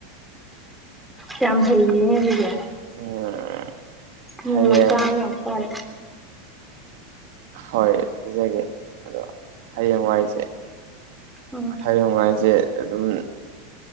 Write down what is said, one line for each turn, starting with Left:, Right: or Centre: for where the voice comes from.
Centre: ꯀꯃ ꯍꯩꯒꯕꯤꯒ
Right: ꯎꯝ
Centre: ꯎꯝ
Right: ꯍꯌꯦꯡ
Centre: ꯆꯥꯎ ꯌꯥꯇꯥꯔꯦ
Right: ꯍꯣꯏ ꯄꯤꯖꯒꯦ ꯑꯗꯣ ꯍꯌꯦꯡꯋꯥꯏꯁꯦ
Centre: ꯎꯝ
Right: ꯍꯌꯦꯡꯅꯨꯡꯥꯏꯁꯦ ꯑꯗꯨꯝ